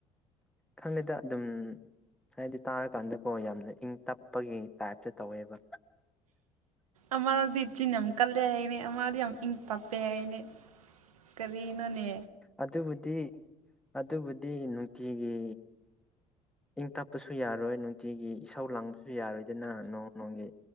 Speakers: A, in the centre; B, on the right (about 80°).
A: ꯈꯪꯉꯦꯗ ꯑꯗꯨꯝ ꯍꯥꯏꯗꯤ ꯇꯥꯔꯀꯥꯟꯗꯀꯣ ꯌꯥꯝꯅ ꯏꯪ ꯇꯞꯄꯒꯤ ꯇꯥꯏꯞꯇ ꯇꯧꯋꯦꯕ
B: ꯑꯔꯗꯤ ꯆ ꯌꯥꯝ ꯀꯜꯂꯦ ꯍꯥꯏꯅꯦꯩ ꯑ ꯌꯥꯝ ꯏꯪ ꯇꯥꯞꯄꯦ ꯍꯥꯏꯅꯦꯩ ꯀꯔꯤ ꯏꯅꯦ
A: ꯑꯗꯨꯕꯨꯗꯤ ꯑꯗꯨꯕꯨꯗꯤ ꯅꯨꯡꯇꯤꯒꯤ ꯏꯪ ꯇꯞꯄꯁꯨ ꯌꯥꯔꯣꯏ ꯅꯨꯡꯇꯤꯒꯤ ꯏꯥꯎ ꯂꯥꯡꯕꯁꯨ ꯨ ꯌꯥꯔꯣꯏꯗꯅ ꯅꯣꯡ ꯅꯣꯡꯒꯤ